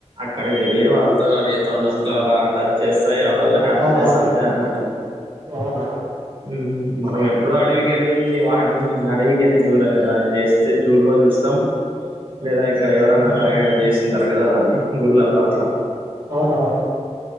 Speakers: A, on the right (about 45°); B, on the right (about 30°).
A: అక్కడికెళ్ళి వాళ్ళతో అవి తొండంతో అలా టచ్ చేస్ అదో హ్యాపీనెస్
B: అవునవును
A: అంతే అనమాట
B: అవునా
A: హుమ్ మనం ఎప్పుడు అడవి కెళ్ళీ వాటిని అడవి ఎల్లి చూడం కదా వేస్తే జూ లో చూస్తం లేదా ఇక్కడ ఎవరన్నా
B: అవును
A: ట్రై చేసిన్ త మిగత దాన్ని గుళ్ళల్ల అట్లా
B: అవునవును